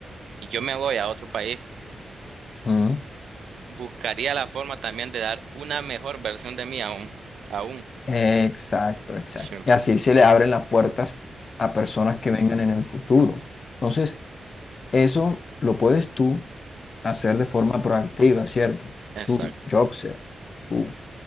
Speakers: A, on the right (about 75°); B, on the left (about 50°).
A: y yo me voy a otro país,
B: ujú.
A: buscaría la forma también de dar una mejor versión de mí aún. Aún.
B: Exacto, exacto.
A: Sí,
B: Y así se le abren las puertas a personas que vengan en el futuro. Entonces, eso lo puedes tú hacer de forma proactiva, ¿cierto?
A: exacto.
B: Tú, Jobser, tú,